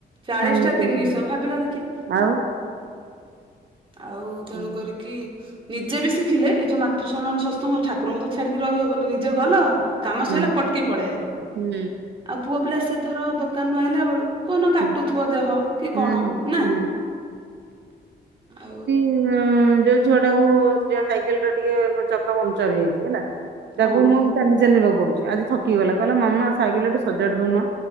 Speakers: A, on the right; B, on the right.
A: ଚାଳିଶଟା
B: କାଇଁ
A: ତିନିଶ ଭାବିଲ ଦେଖିଆ।
B: ଆଉ
A: ଆଉ ତେଣୁ
B: ହୁଁ
A: କରିକି ନିଜେ ବି ଶିଖିଲେ ଏ ଯଉ ମାତୃ ସମ୍ମିଳନୀ ସତସଙ୍ଗ ଠାକୁରଙ୍କୁ ତ ଛାଡିକି ରହି ହବନି। ନିଜେ ଗଲ
B: ହୁଁ
A: କାମ
B: ହୁଁ
A: ସଇଲା ପଟକି ପଳେଇ ଆଇଲ।
B: ହୁଁ
A: ଆଉ ପୁଅ ପିଲା ସିଏ ଧର ଦୋକାନୁ ଆଇିଲା ବେଳୁ କଉଦିନ କାଟୁଥିବ
B: ହୁଁ
A: ଦେହ କି
B: ହୁଁ
A: କଣ ନା
B: ହୁଁ।
A: ଆଉ
B: ଉଁ ଯୋଉ ଝିଅଟାକୁ ଯା ସାଇକେଲରେ ଟିକେ ଚକା ପମ୍ପଚର ହେଇଚି ହେଲା। ତାକୁ
A: ହଁ
B: ମୁଁ ଚାଲି ଚାଲି ନେବାକୁ ପଡ଼ୁଚି ଆଜି ଥକି ଗଲା କହିଲା ମାମା ସାଇକେଲ ଟା ଟିକେ ସଜାଡି ଦଉନ।